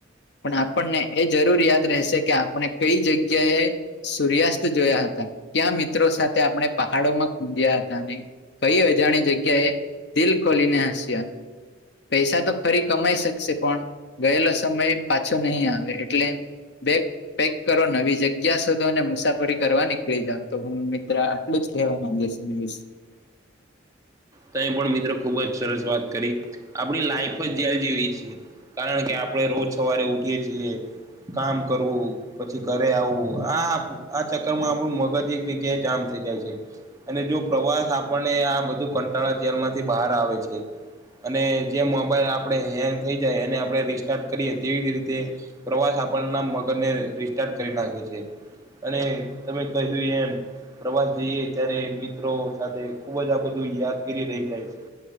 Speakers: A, on the left; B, on the right.
A: પણ આપણને એ જરૂર યાદ રહેશે કે આપને કઈ જગ્યાએ સૂર્યાસ્ત જોયા હતા, ક્યાં મિત્રો સાથે આપણે પહાડોમાં ગુમિયા હતા નહી કઈ અજાણી જગ્યાએ દિલ ખોલીને હસ્યા પૈસા તો ફરી કમાઈ શકશે પણ ગયેલો સમય પાછો નહી આવે એટલે બે પેક કરો નવી જગ્યા શોધો અને મુસાફરી કરવા નીકળી જાવ તો હું મિત્ર એટલું જ કહેવા માંગે છું એ વિ
B: તે પણ મિત્રો ખુબ જ સરસ વાત કરી આપણી લાઈફ જ જેલ જેવી છીએ. કારણ કે આપડે રોજ સવારે ઉઠીએ છીએ, કામ કરવું પછી ઘરે આવવું આ આ ચક્કર માં આપણું મગજ એક જગ્યાએ જામ થઇ જાય છે. અને જો પ્રવાસ આપણને આ બધું કંટાળા જેલમાંથી બહાર આવે છે. અને જેમ મોબાઈલ આપણે હેંગ થઈ જાય એને આપણે રિસ્ટાર્ટ કરીએ તેવી જ રીતે પ્રવાસ આપણના મગજને રિસ્ટાર્ટ કરી નાખે છે. અને તમે કહ્યું એમ પ્રવાસ જઈએ ત્યારે મિત્રો સાથે ખુબ જ આ બધું યાદગીરી રહી જાય છે.